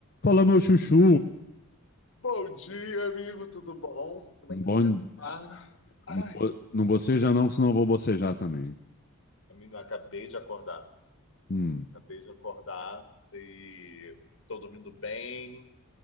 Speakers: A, on the left (about 40°); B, on the left (about 60°).
A: Fala, meu chuchu.
B: Bom dia, amigo, tudo bom? Como
A: Bom,
B: é que você tá? Ai,
A: não bo- não boceja não, que senão eu vou bocejar também.
B: Menino, acabei de acordar.
A: Hum,
B: Acabei de acordar e tô dormindo bem.